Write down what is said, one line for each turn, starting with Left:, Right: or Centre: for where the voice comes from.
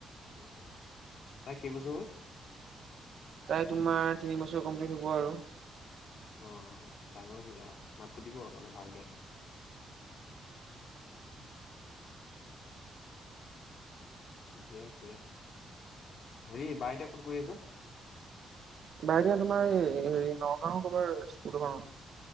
Left: উম! উম! তাই কেই বছৰ হল।
Right: তাই তোমাৰ তিনি বছৰ কমপ্লিট হ'ব আৰু।
Left: অ ডাঙৰে হ'ল আৰু মাত ফুতিব মানে ভালকে। ঠিকে আছে হেৰি বাই এতিয়া কত কৰি আছে।
Right: বাইদেউ তোমাৰ এই হেৰি নগাঁও কবাৰ স্কুল এখনত।